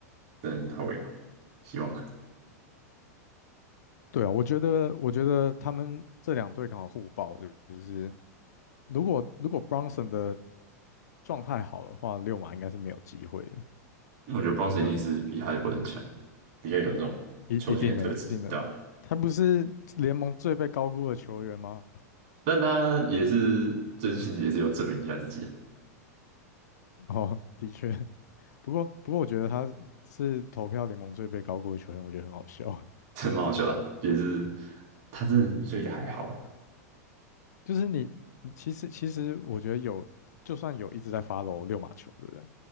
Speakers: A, on the right (about 50°); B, on the left (about 80°).
A: 的很到位嘛？希望，
B: 对啊，我觉得，我觉得他们这两队刚好互爆，就是如果如果 Brunson 的状态好的话，六马应该是没有机会的。
A: 因为我觉得 Bounce
B: 对，
A: 一定是比哈利波特强，比较有那种球星的特质，
B: 一一定的，一定的，
A: 对吧？
B: 他不是联盟最被高估的球员吗？
A: 但他也是真心也是有证明一下自己啊，
B: <laughs> 哦，的确，不过不过，我觉得他是投票联盟最被高估的球员，我觉得很好笑。
A: 这蛮好笑的啊也是他真的就也还好啊，
B: 就是你，你其实其实我觉得有，就算有一直在 f o 六马球的人，